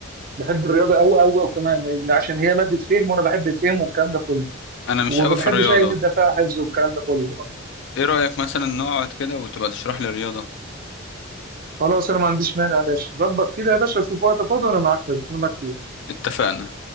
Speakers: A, on the right; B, on the left.
A: بحب الرياضه قوي قوي قوي كمان لان عشان هي ماده فهم وانا بحب الفهم والكلام ده كله
B: انا مش
A: وما
B: قوي
A: بحبش
B: في الرياضة
A: اي ندى فيها حفظ والكلام ده كله آه.
B: ايه رأيك مثلا نقعد كده وتبقى تشرح لي الرياضة
A: خلاص انا ما عنديش مانع يا باشا ظبط كده يا باشا شوف وقت فاضي وانا معاك انا معاك فيه
B: اتفقنا